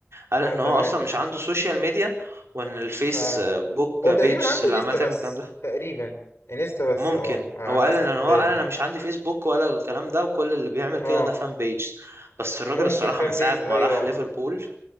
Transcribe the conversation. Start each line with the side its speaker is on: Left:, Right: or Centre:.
Right: قال
Left: اه
Right: ان هو
Left: تمام
Right: اصلا مش عنده سوشيال ميديا وان الفيس
Left: اه
Right: بوك
Left: هو
Right: بيجز
Left: تقريبا عنده
Right: اللي
Left: انيستا
Right: عماله تعمل
Left: بس
Right: الكلام ده
Left: تقريبا انيستا بس
Right: ممكن
Left: اه على
Right: هو قال
Left: حسب
Right: ان
Left: في الدوري
Right: هو قال انا مش عندي فيسبوك ولا الكلام ده وكل اللي بيعمل
Left: اه
Right: كده ده فان بيجز بس الراجل
Left: ممكن
Right: الصراحة
Left: فان
Right: من ساعة
Left: بيز ايوه
Right: ما راح ليفربول